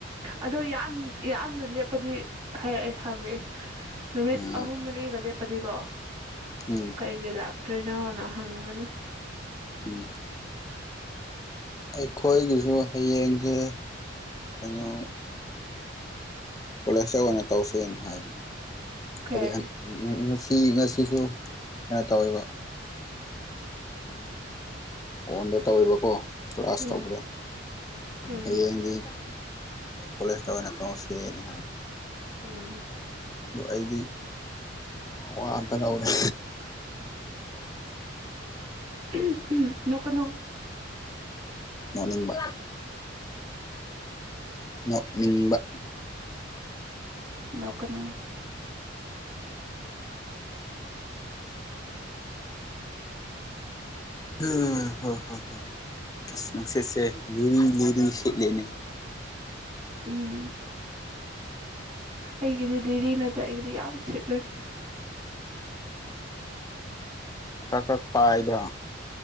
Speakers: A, on the right; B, on the left.
A: ꯑꯗꯣ ꯌꯥꯝ ꯌꯥꯝꯅ ꯂꯦꯞ ꯗꯤ ꯍꯥꯏꯔꯛꯑꯦ ꯍꯪꯕꯤꯑꯦ ꯅꯨꯃꯤꯠ
B: ꯎꯝ
A: ꯑꯍꯨꯝ ꯃꯔꯤꯒꯂ ꯄꯗꯤꯀꯣ
B: ꯎꯝ
A: ꯀꯩ ꯀꯩ ꯂꯥꯛꯇ꯭ꯔꯤꯅꯣꯅ ꯍꯪꯒꯅꯤ
B: ꯎꯝ ꯑꯩꯈꯣꯏꯒꯤꯁꯨ ꯍꯌꯦꯡꯁꯦ ꯀꯩꯅꯣ ꯀꯣꯂꯦꯖꯇ ꯑꯣꯏꯅ ꯇꯧꯁꯦꯅ ꯍꯥꯏꯕꯅꯤ
A: ꯀꯩ
B: ꯑꯗꯨ ꯍ ꯎꯝ ꯁꯤ ꯉꯁꯤꯁꯨ ꯀꯩꯅꯣ ꯇꯧꯋꯦꯕ ꯑꯗꯨꯝ ꯐꯣꯟꯗ ꯇꯧꯔꯤꯕꯀꯣ ꯀ꯭ꯂꯥꯁ
A: ꯎꯝ
B: ꯇꯧꯕꯗꯣ
A: ꯎꯝ
B: ꯍꯌꯦꯡꯗꯤ ꯀꯂꯦꯖ ꯇꯕꯅꯠꯇꯣ ꯁꯤꯅꯤ
A: ꯎꯝ
B: ꯑ ꯑꯩꯗꯤ ꯋꯥꯝꯇ ꯂꯧꯔꯦ
A: ꯎꯝ ꯎꯝ ꯄꯅꯣ
B: ꯅꯣꯛꯅꯤꯡꯕ ꯅꯣꯛꯅꯤꯡꯕ
A: ꯂꯀꯅꯣꯡ
B: ꯍ ꯍ ꯍꯣ ꯑꯁꯅꯁꯦꯁꯦ ꯂꯤꯔꯤ ꯂꯤꯔꯤ ꯁꯠꯂꯅꯦ
A: ꯎꯝ ꯑꯩꯒꯤꯗꯤ ꯦꯗꯤ ꯅꯠꯇꯦ ꯑꯩꯒꯤꯗꯤ ꯌꯥꯝ ꯁꯤꯠꯂꯦ
B: ꯈꯔ ꯈꯔꯛ ꯄꯥꯏꯕ꯭ꯔꯥ